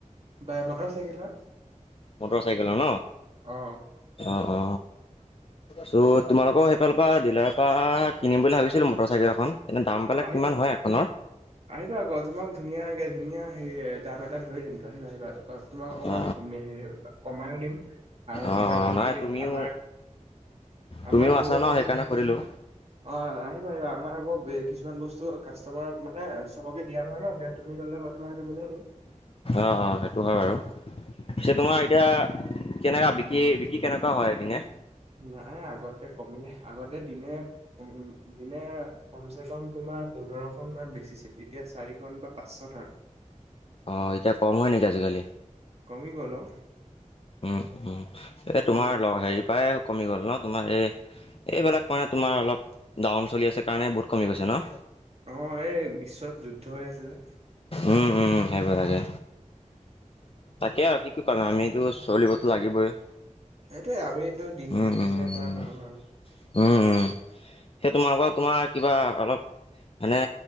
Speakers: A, on the right (about 55°); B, on the left (about 45°).
A: বাই মটৰ চাইকেলৰ
B: মটৰ চাইকেলৰ ন
A: অ
B: অ অ চ' তোমালোকৰ সেইফালৰ পৰা ডিলাৰৰ পৰা কিনিম বুলি ভাবিছিলো মটৰ চাইকেল এখন এনে দামবিলাক
A: আহিবা
B: কিমান হয় এখনৰ
A: আহিবা আকৌ তোমাক ধুনীয়াই ধুনীয়া হেৰি দাম এটা ধৰি দিমতো আহিবা আহিবা। তোমাক অকমান
B: অ
A: হেৰি কমাইও দিম আৰু
B: অ
A: কিবা কিবি
B: অ নাই তুমিও
A: আমাৰ আমাৰ
B: তুমিও
A: বহুত
B: আছা ন
A: মানে
B: সেইকাৰণে সুধিলোঁ
A: অঁ আহিবা আহিবা আমাৰ আকৌ কিছু কিছুমান বস্তু কাষ্টমাৰক মানে নাই চবকে দিয়া নহয় ন দিয়া তুমি ললে মই তোমাকটো মিলাই দিম
B: অ অ সেইটো হয় বাৰু পিছে
A: হা,
B: তোমাৰ এতিয়া কেনেকা বিকি বিকি কেনেকুৱা হয় এদিনে
A: নাই আগতকে কমিলে আগতে দিনে উ দিনে কম চে কম তোমাৰ পোন্ধৰখন মান বেচিছিল এতিয়া চাৰিখন বা পাঁচ খনৰ আৰু
B: অ এতিয়া কম হয় নেকি আজিকালি
A: কমি গল অ
B: উম উম এ তোমাৰ
A: উম,
B: হেৰি পৰাই কমি গ'ল ন তোমাৰ এই এইবিলাক মানে তোমাৰ অলপ দাৱন চলি আছে কাৰণে বহুত কমি গৈছে ন
A: অ এই বিশ্বত যুদ্ধ হৈ আছে যে
B: উম উম সেইবিলাকে তাকে আৰু কি কি কৰিম আমিতো চলিবতো লাগিবই
A: সেইটোয়ে আমিতো দিন
B: উম,
A: হাজিৰা
B: উম, উম।
A: কৰা মানুহ আৰু
B: উম উম সেই তোমালোকৰ তোমাৰ কিবা অলপ মানে